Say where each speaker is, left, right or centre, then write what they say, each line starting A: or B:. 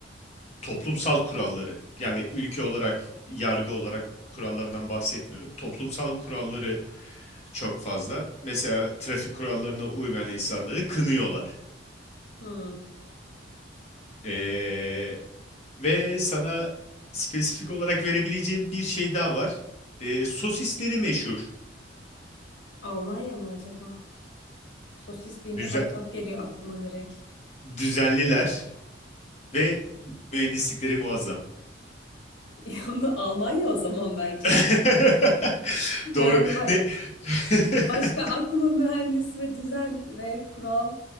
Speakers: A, on the left; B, on the left.
A: toplumsal kuralları. Yani ülke olarak, yargı olarak kurallardan bahsetmiyorum. Toplumsal kuralları çok fazla. Mesela trafik kurallarına uymayan insanları kınıyorlar.
B: Hmm.
A: Ee, ve sana spesifik olarak verebileceğim bir şey daha var. Ee, sosisleri meşhur.
B: Almanya mı acaba? Sosis deyince
A: Düze-
B: hot dog geliyor aklıma direkt. <laughs>
A: düzenliler ve mühendislikleri muazzam.
B: Yani Almanya o zaman bence.
A: <laughs>
B: <laughs> Yani
A: Doğru.
B: bak
A: Ne? <laughs>
B: Başka aklıma mühendis ve düzen ve kural